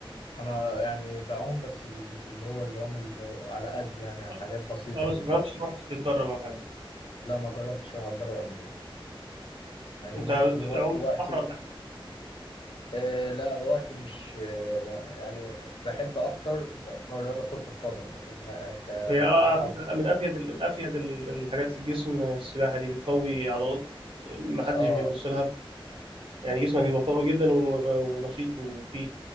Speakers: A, on the left (about 65°); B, on the right (about 70°).
A: أنا يعني بعوم بس ال- مش اللي هو اللي هم اللي على قد يعني
B: اه
A: حاجات بسيطة
B: آه، بس
A: كده
B: ما جربتش تروح تتدرب او حاجه
A: لا ما جربتش أروح أتدرب قبل كده يعني
B: انت
A: ممكن
B: عمت
A: يكون وق- وقتي
B: في البحر ولا حاجه
A: آه لا وقتي مش آه ب- يعني بحب أكتر نوع الرياضة كرة القدم لكن آه، كسباحة
B: هي اه على فكره من افيد من افيد ال- الحاجات للجسم السباحه دي بتقوي عضلات ما حدش
A: آه
B: بيبص لها يعني جسمك بيبقى قوي جدا و- ونشيط وفي